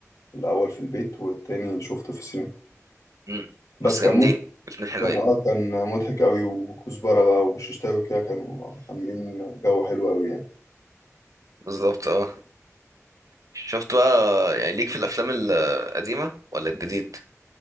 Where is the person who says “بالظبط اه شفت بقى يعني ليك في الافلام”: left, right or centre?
Right